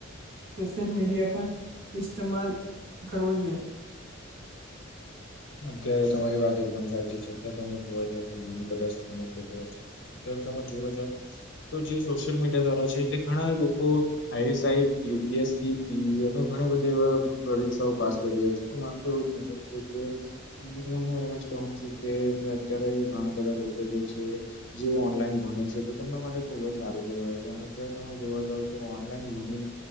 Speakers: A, on the right (about 60°); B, on the left (about 65°).
A: સોશિયલ મીડિયા પણ ઇસ્માલ કરવો જોઈએ.
B: અત્યારે તમારી વાત એકદમ સાચી છે અત્યારે તમે જોવા જ તો ઘના બધા સ્કેમો થઇ રહયા છે. ત્યારે તમે જોવા જાવ તો જે સોશિયલ મીડિયા દ્વારા છે તે ઘણા લોકો- - I S I U P S C P અને ઘણી બધી એવા પરીક્ષાઓ પાસ- - કરી રહ્યા છે અને મારુ તો એમજ માનવું છે કે હમ હું એમજ કહું છું કે અત્યારે ઘણા બધા લોકો જે છે જે ઓનલાઈન ભણે છે તો તેમના માટે ખુબ જ સારું કહેવાય છે અને તમે જોવા જાવ તો ઓનલાઈન ભણીને